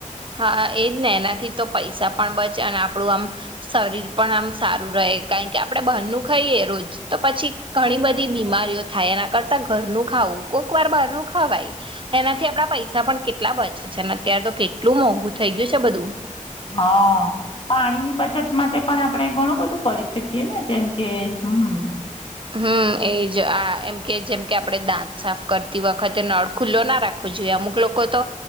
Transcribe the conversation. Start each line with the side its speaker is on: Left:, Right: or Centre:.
Right: હા એજ ને એનાથી તો પૈસા પણ બચે અને આપણું આમ શરીર પણ આમ સારું રહે કારણ કે આપડે બહારનું ખાઈએ રોજ તો પછી ઘણી બધી બીમારીઓ થાય એના કરતા ઘરનું ખાવું કોક વાર બહારનું ખાવાય એનાથી આપડા પૈસા પણ કેટલા બચે છે અને અત્યારે તો કે કેટલું મોંઘું થઈ ગયું છે બધું
Left: હા પાણીની બચત માટે પણ આપણે ઘણું બધું કરી શકીએ ને જેમ કે હમ
Right: હમ એ જ આ એમ કે જેમ કે આપણે દાંત સાફ કરતી વખતે નળ ખુલ્લો ના રાખવો જોઈએ અમુક લોકો તો